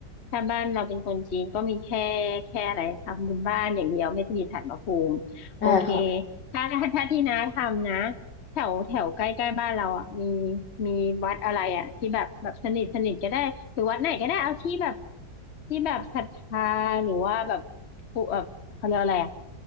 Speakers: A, on the left (about 45°); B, on the left (about 85°).
A: ถ้าบ้านเราเป็นคนจีนก็มีแค่แค่อะไรทำบุญบ้านอย่างเดียวไม่ได้มีศาลพระภูมิโอเค
B: ได้ค่ะ
A: ถ้าถ้าถ้าที่น้าทำนะ แถวแถวใกล้ใกล้บ้านเราอ่ะมีมีวัดอะไรอ่ะที่แบบแบบสนิทสนิทก็ได้หรือวัดไหนก็ได้เอาที่แบบที่แบบศรัทธาหรือว่าแบบผู้แบบเขาเรียกอะไรอ่ะ